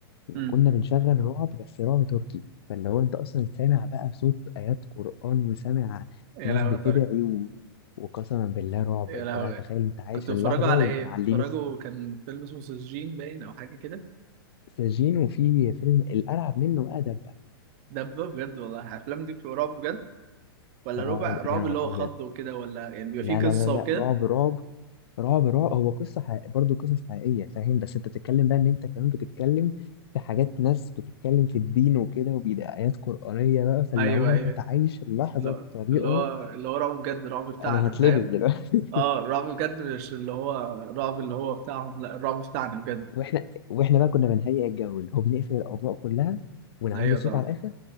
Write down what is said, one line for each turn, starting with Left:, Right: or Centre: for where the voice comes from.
Left: وكنا
Right: امم
Left: بنشغل رعب بس رعب تركي فاللي هو انت اصلا سامع بقى صوت ايات قرآن وسامع
Right: يا
Left: ناس
Right: لهوي
Left: بتدعي
Right: يا طارق
Left: و... وقسما بالله رعب
Right: يا
Left: انت
Right: لهوي
Left: بقى تخيل انت عايش
Right: كنت بتفرجوا
Left: اللحظة
Right: على
Left: وانت
Right: ايه؟
Left: معلين
Right: بتفرجوا
Left: الس-
Right: كان فيلم اسمه سجين باين او حاجه كده
Left: السجين وفي فيلم الارعب منه بقى دبة
Right: دبه بجد والله الافلام دي بتبقى رعب بجد ولا
Left: رعب
Right: ربع رعب
Left: يا نهار
Right: اللي هو
Left: ابيض
Right: خض وكده ولا يعني بيبقى
Left: لا
Right: فيه قصه
Left: لا لا
Right: وكده
Left: لا رعب رعب رعب رعب هو قصة حق... برضه قصص حقيقية فاهم بس انت بتتكلم بقى ان انت كمان بتتكلم في حاجات ناس بتتكلم في الدين وكده وبيدي آيات قرآنية بقى فاللي
Right: ايوه
Left: هو
Right: ايوه
Left: انت عايش اللحظة
Right: لا
Left: بطريقة
Right: اللي هو اللي هو رعب بجد رعب بتاعنا
Left: انا هتلبس
Right: فاهم
Left: دلوقتي
Right: اه الرعب بجد مش اللي هو الرعب اللي هو بتاعهم لا الرعب بتاعنا بجد
Left: <laughs> واحنا واحنا بقى كنا بنهيئ الجو اللي هو بنقفل الأضواء كلها ونعلي
Right: ايوه
Left: الصوت
Right: طبعا
Left: على الآخر